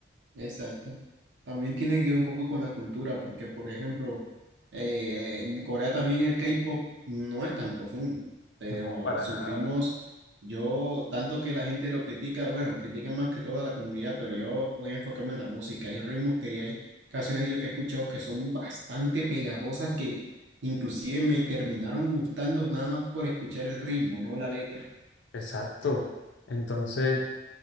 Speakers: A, on the right; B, on the left.
A: Exacto. También tiene que ver un poco con la cultura, porque por ejemplo, eh, en Corea también el K-pop no es tan profundo, pero
B: No, para
A: sus
B: nada.
A: ritmos, yo, tanto que la gente lo critica, bueno, critica más que toda la comunidad, pero yo voy a enfocarme en la música. Hay ritmos que hay canciones yo que he escuchado que son bastante pegajosas que inclusive me terminaron gustando nada más por escuchar el ritmo, no la letra.
B: Exacto. Entonces,